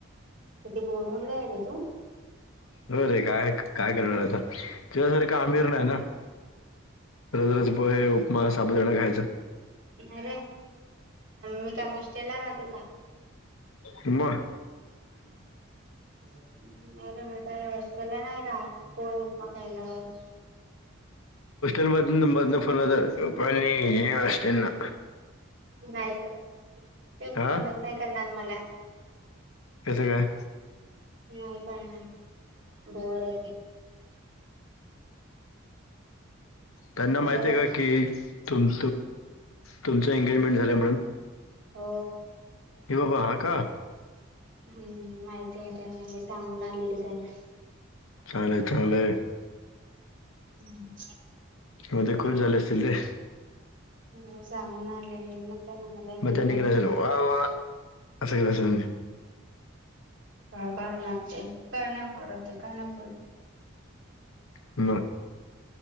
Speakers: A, on the right; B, on the left.
A: तिथे बोर मुलगाय रे तू
B: हो रे काय काय करणारता तुझ्यासारखं आमिर नाही ना रोज रोज पोहे उपमा साबुदाणा खायचा
A: नाय रे मी काय हॉस्टेल ला राहते का?
B: मग
A: <unintelligible> नाहीरे मी का हॉस्टेलला नाही राहत पोहे उपमा खायला रोज
B: ल मदन मदन फोन लावता पणी ये असतय ना
A: नाही ते
B: हा
A: फोनच नाही करणार मला
B: कस काय
A: नाही काणार बोर येत
B: त्यांना
A: कशाला
B: माहित आहे
A: फोन
B: का की तुमु तुमचं एंगेजमेंट झालं म्हणून
A: हो
B: हे बाबा हा का
A: हम्म माहितीते त्यांना मी सांगून आलेली त्यांना
B: चागलय चांगलंय
A: हम
B: हो ते खूष झाले असतील ते
A: हो सांगून आले त्यांना माझा एंगेजमेंट
B: मग तेनी केला
A: होणार
B: असेल वा वा असं केलं असल
A: काय करणार ते काय नाही करते काय नाही बोल
B: ना